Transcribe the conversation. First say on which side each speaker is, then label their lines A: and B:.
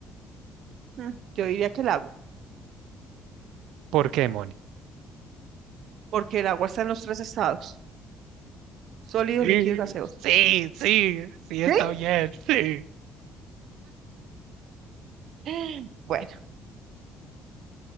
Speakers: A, on the right; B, on the right.
A: Mm, Yo diría que el agua,
B: ¿Por qué, Moni?
A: porque el agua está en los tres estados, sólido,
B: Sí,
A: líquido y gaseoso.
B: sí, sí, sí,
A: ¿Sí?
B: está bien, sí.
A: <gasps> Bueno,